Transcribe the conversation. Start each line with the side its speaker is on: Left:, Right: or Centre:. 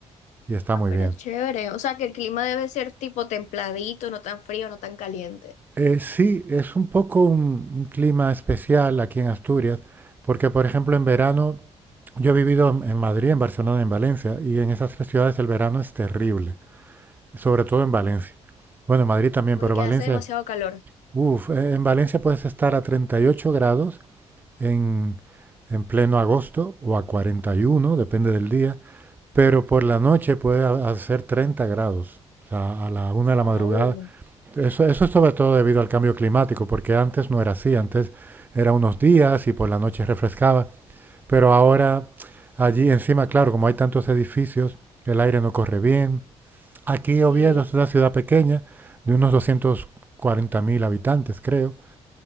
Right: y está
Left: Ah,
Right: muy
Left: pero
Right: bien.
Left: chévere, o sea que el clima debe ser tipo templadito, no tan frío, no tan caliente,
Right: Eh, sí, es un poco un un clima especial aquí en Asturias, porque por ejemplo en verano Yo he vivido en, en Madrid, en Barcelona, en Valencia, y en esas tres ciudades el verano es terrible, sobre todo en Valencia. Bueno, en Madrid también,
Left: porque
Right: pero Valencia,
Left: hace demasiado calor.
Right: uff, en Valencia puedes estar a 38 grados en, en pleno agosto o a 41, depende del día, pero por la noche puede ha- hacer 30 grados, o sea, a la una de
Left: Wow.
Right: la madrugada. Eso, eso es sobre todo debido al cambio climático, porque antes no era así, antes era unos días y por la noche refrescaba, pero ahora allí encima, claro, como hay tantos edificios, el aire no corre bien. Aquí
Left: Sí,
Right: Oviedo es una ciudad pequeña, de unos doscientos cuarenta mil habitantes, creo.